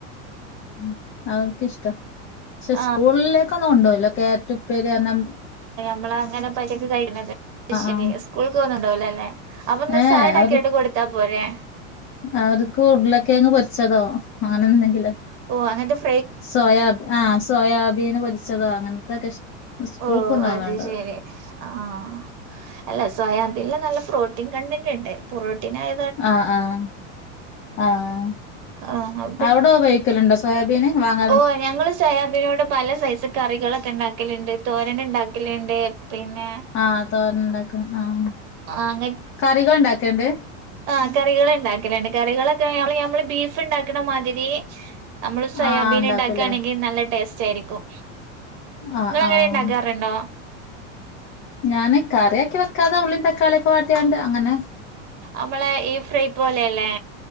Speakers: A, on the left (about 30°); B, on the right (about 50°).
A: ഉം അവര്ക്കിഷ്ടാ ക്ഷെ
B: ആഹ്
A: സ്കൂളിലെ ക്കൊന്നും കൊണ്ടോവൂലാ കേരറ്റ് ഉപ്പേരീ അറഞ്ഞാ
B: മ്മളാങ്ങനെ പച്ചക്ക്കഴിക്ണതല്ലെ
A: ആഹ്
B: സ്കൂൾക്കൊന്നും കൊണ്ടോവൂലല്ലേ അപ്പൊ ന്ന
A: ഏഹ്
B: സാലഡാക്ക്യാട്ട്
A: അത്
B: കൊ ട്ത്താ പോരേ.
A: അവർക്ക് ഉർളക്കേങ്ങ് പൊരിച്ചതോ അങ്ങനെ എന്തെങ്കിലു
B: ഓഹ് അങ്ങൻത്തെ ഫു
A: സോയാ ആഹ് സോയാബീൻ പൊരിച്ചതോ അങ്ങൻത്തൊക്കെ ഇഷ് സ്കൂൾക്ക്
B: ഓഹ്
A: കൊണ്ടോവാണ്ടത്
B: അത് ശെരി ആഹ്. അല്ല സോയാബീൻല് നല്ല പ്രോട്ടീൻ കണ്ടന്റ്ണ്ട് പ്രോട്ടീനായ
A: ആഹ് ആഹ് ആഹ്
B: ആഹ്
A: അവടെ ഉപയോഗിക്കല്ണ്ടോ സോ സോയാബീൻ വാങ്ങ
B: ഓഹ് ഞങ്ങള് സോയാബിനോട് പല സൈസ് കറികളൊക്കെ ണ്ടാക്കല്ണ്ട് തോരന് ണ്ടാക്കല്ണ്ട് പിന്നെ
A: ആഹ് തോരനുണ്ടാക്കാൻ ആഹ്
B: അങ്ങെ
A: കറികൾ ഉണ്ടാക്കേണ്ട്
B: ആഹ് കറികള്ണ്ടാക്കല്ണ്ട് കറികളൊക്കെ നമ്മള് ബീഫ് ണ്ടാക്കണ മാതിരി നമ്മള്. സോയാബീൻണ്ടാക്കാണെങ്കി
A: ആഹ് ഉണ്ടാക്കൂലേ
B: നല്ല ടേസ്റ്റായിരിക്കും
A: ആഹ്
B: ങ്ങളങ്ങനെ
A: ആഹ്
B: ണ്ടാക്കാറ്ണ്ടോ.
A: ഞാന് കറിയാക്കി വെക്കാതെ ഉള്ളീ തക്കാളിയൊക്കെ വാട്ടിയാണ്ട് അങ്ങനെ.
B: അമ്മളെ ഈ ഫ്രൈ പോലെയല്ലേ.